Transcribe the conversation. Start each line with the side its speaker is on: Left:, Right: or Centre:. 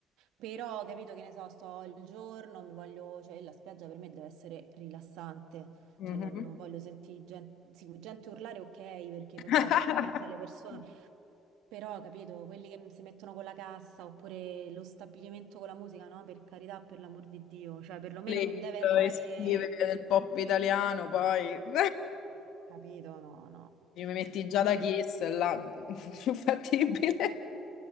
Right: però, capito che ne so, sto il giorno, mi voglio, cioè la spiaggia per me deve essere rilassante,
Left: Mhm.
Right: cioè non, non voglio sentire gente, sì, gente urlare, ok, perché
Left: <laughs>
Right: vabbè, stai in mezzo alle persone, però, capito, quelli che si mettono con la cassa oppure lo stabilimento con la musica, no, per carità, per l'amor di Dio, cioè perlomeno
Left: Le hit
Right: non deve arrivare...
Left: estive del pop italiano, poi... <laughs>
Right: No, capito, no,
Left: Mi metti già da
Right: no.
Left: Kiss, là, <laughs> più fattibile.